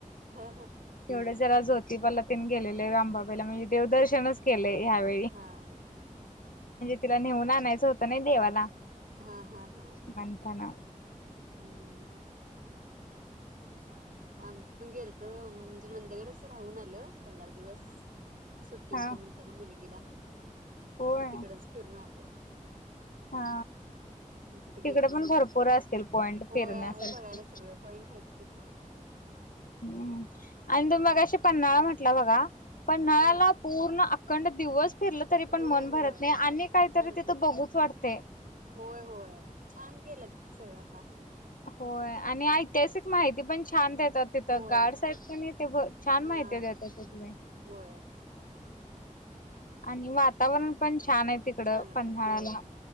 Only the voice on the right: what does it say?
हा
हा्
हा हा हा
हम्म आमच पण गेल तर म्हणजे नंदगडच राहून आलं पंधरा दिवस सुट्टी
होत म्हणत ना मुलगीला
कती कडेच कवरूनल
कुठे गेलच
नाही
होय
आहे बघायला सगळं पॉईंट आहेतत ककी छान
हा
होय
होय
भरत
नाही
होय होय छान केलं तिथ सगळं आता
होय
हा
होय
चांगलाय
होय